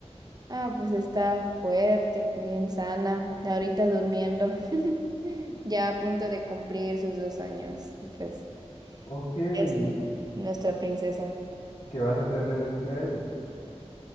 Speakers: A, on the right; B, on the left.
A: Ah, pues está fuerte, bien sana, ahorita durmiendo, <laughs> ya a punto de cumplir sus dos años. Y pues
B: Ok, ¿qué
A: es nuestra princesa.
B: vas a hacerle de cumpleaños?